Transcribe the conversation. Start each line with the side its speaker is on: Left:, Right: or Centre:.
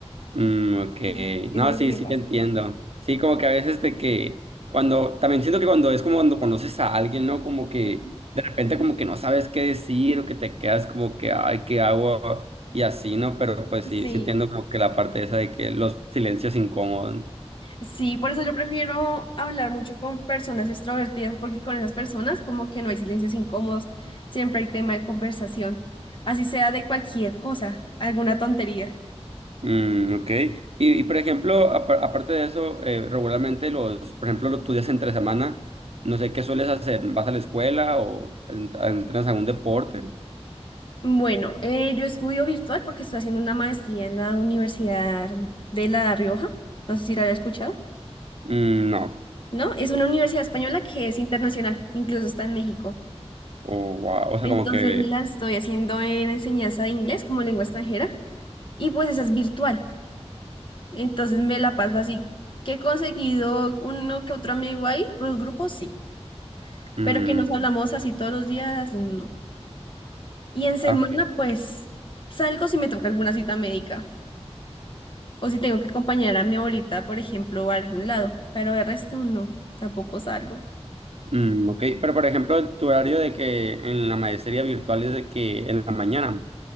Right: Mm, ok.
Left: Ujú, Eso
Right: No,
Left: es lo
Right: sí,
Left: que me
Right: sí
Left: pasa.
Right: te entiendo. Sí, como que a veces de que cuando, también siento que cuando es como cuando conoces a alguien, ¿no? Como que
Left: Ujú.
Right: de repente como que no sabes qué decir o que te quedas como que, ay, ¿qué hago? Y así, ¿no? Pero pues
Left: Sí,
Right: sí, sí entiendo como que la parte esa de que los silencios incómodos.
Left: sí, por eso yo prefiero hablar mucho con personas extrovertidas porque con esas personas como que no hay silencios incómodos, siempre hay tema de conversación, así sea de cualquier cosa, alguna tontería.
Right: Mm, ok. Y, y, por ejemplo, apa- aparte de eso, eh, regularmente los, por ejemplo, los estudias entre semana, no sé qué sueles hacer, ¿vas a la escuela o en- entrenas algún deporte?
Left: Bueno, eh, yo estudio virtual porque estoy haciendo una maestría en la Universidad de La Rioja. No sé si la había escuchado.
Right: Mm, no.
Left: No, es una universidad española que es internacional, incluso está en México.
Right: O, wow, o sea,
Left: Entonces
Right: como que...
Left: la estoy haciendo en enseñanza de inglés como lengua extranjera y pues esa es virtual. Entonces me la paso así que he conseguido uno que otro amigo ahí, por los grupos sí,
Right: mm,
Left: pero que nos hablamos así todos los días, no. Y en semana
Right: ah, ok.
Left: pues salgo si me toca alguna cita médica. O si tengo que acompañar a mi abuelita, por ejemplo, a algún lado. Pero el resto no, tampoco salgo.
Right: Mm, ok, pero por ejemplo, tu horario de que en la maestría virtual es de que en la mañana.